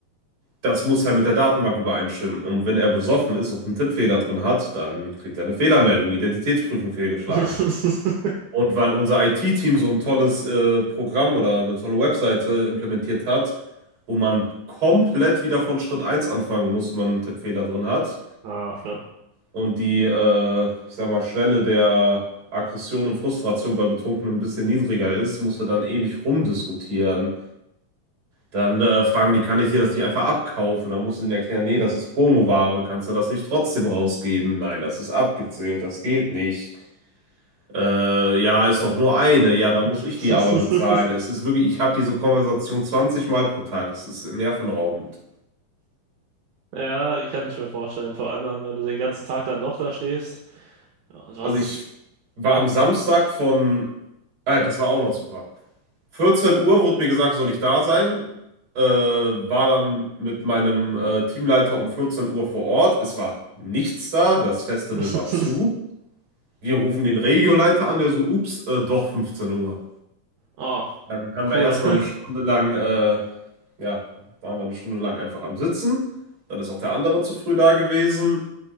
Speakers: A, on the right; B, on the right.
A: das muss halt mit der Datenbank übereinstimmen. Und wenn er besoffen ist und einen Tippfehler drin hat, dann kriegt er eine Fehlermeldung, Identitätsprüfung fehlgeschlagen.
B: <laughs>
A: Und weil unser IT-Team so ein tolles äh, Programm oder eine tolle Webseite implementiert hat, wo man komplett wieder von Schritt eins anfangen muss, wenn man einen Tippfehler drin hat
B: Ach Gott.
A: und die, äh, ich sag mal, Schwelle der Aggression und Frustration bei Betrunkenen ein bisschen niedriger ist, muss er dann ewig rumdiskutieren dann äh, fragen die, kann ich dir das nicht einfach abkaufen? Dann musst du denen erklären, nee, das ist Promoware, kannst du das nicht trotzdem rausgeben? Nein, das ist abgezählt, das geht nicht. Äh, ja, ist doch nur eine, ja, dann
B: <laughs>
A: muss ich die aber bezahlen. Es ist wirklich, ich habe diese Konversation 20 Mal pro Tag, es ist nervenraubend.
B: Ja, kann ich mir vorstellen. Vor allem dann, wenn du den ganzen Tag dann doch da stehst. Ja, Du
A: Also
B: hattest,
A: ich war
B: ja.
A: am Samstag von, ah, ja, das war auch noch super. 14 Uhr wurde mir gesagt, soll ich da sein. Äh, war dann mit meinem äh, Teamleiter um 14 Uhr vor Ort. Es war nichts da, das Festival
B: <laughs>
A: war zu. Wir rufen den Regioleiter an, der so, ups, äh, doch 15 Uhr.
B: Oh,
A: Dann haben
B: cool.
A: wir erstmal
B: <laughs>
A: eine Stunde lang, äh, ja, waren wir eine Stunde lang einfach am Sitzen. Dann ist auch der andere zu früh da gewesen.